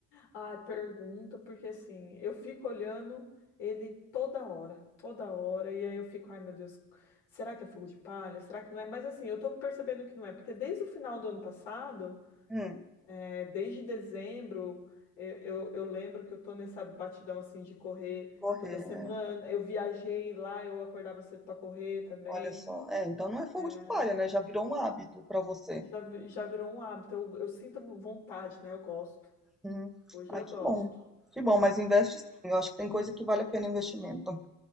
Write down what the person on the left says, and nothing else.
Ah, pergunta, porque assim, eu fico olhando ele toda hora, toda hora, e aí eu fico, ai meu Deus, será que é fogo de palha? Será que não é? Mas assim, eu tô percebendo que não é, porque desde o final do ano passado,
é, desde dezembro, eu, eu, eu lembro que eu tô nessa batidão assim de correr
toda semana.
Eu viajei lá, eu acordava cedo para correr também.
É,
já, vi- já virou um hábito, eu, eu sinto vontade, né? Eu gosto.
Hoje
eu
gosto.